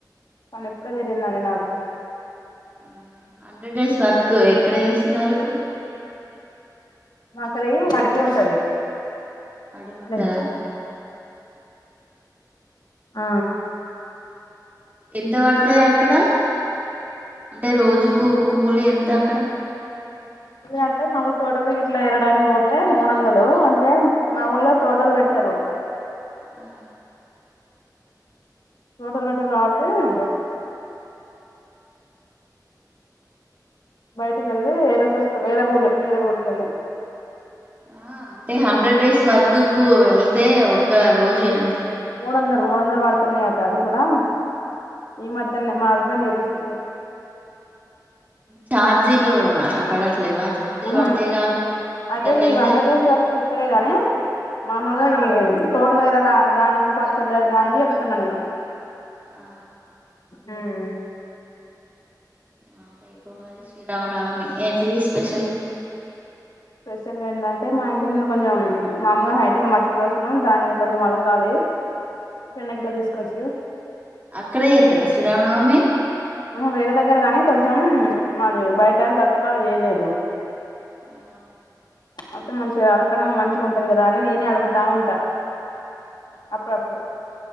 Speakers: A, on the left (about 75°); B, on the right (about 25°).
A: పని ఇప్పుడే తీరిందండి నాకు
B: అవునా హండ్రెడ్ డేస్ వర్క్ ఎక్కడ చేస్తున్నారు ఇప్పుడు
A: మాకెలి అడవి ఉంటది
B: అడుగుంటాదా
A: అదే
B: అటు సైడ్
A: ఆ
B: ఎంత పడతాయి అక్కడ అంటే రోజు కూ కూలి ఎంత అక్కడ
A: అంటే మాములు తోటలు గ ఇట్లా ఎరడానికి పోతే మూడు వందలు అంటే మా ఊళ్ళో తోటలు పెదుత్తరు
B: ఆ
A: తోటల్ వేటకు <unintelligible> బయటకి వెళ్ళి ఏరేసి వస్తా వేరే ఊరూ వేరే ఊరికి వెళ్ళి
B: ఆ అంటే హండ్రెడ్ డేస్ వర్క్ కు వెళ్తే ఒక రోజు ఎ
A: మూడు వందలు మూడు వందలు పడు తున్నాయట అది కూడా ఈ మధ్యనే మా హస్బెండ్ చేపిస్తుండు
B: ఛార్జీలు పడట్లేవా ఛార్జీలు
A: ఉహు
B: పడితేగా ఐదు కిలోమీటర్లు
A: అయితే మీ
B: వెళ్తే
A: హండ్రెడ్ డేస్ వర్క్ ఇక్కడే గానీ మామూలుగా ఈ తోట వేరే దానికి పత్తులు వేరే దానికి చెప్తున్నా నేను
B: ఆ
A: ఉమ్
B: ఆ రేపు మరి శ్రీరామనవమి ఏంటిది స్పెషల్
A: స్పెషల్ ఏంటంటే మా ఇంటి ముందు కొంచెం మామలుగా హైట్గా మట్టి పోసినాం దాన్ని కొంచెం అలకాలి పెండ గిట్ల తీసుకోవచ్చు
B: అక్కడే చేస్తారా శ్రీరామనవమి
A: వేరే దగ్గర గాని కొంచెం మాది బయట గచ్చులాగా చేయలేదు
B: ఆ
A: అంత మంచిగా అలకడం మంచిగా ఉంటది కదా అని నేనే అలుకుతా ఉంటా అప్పుడప్పుడు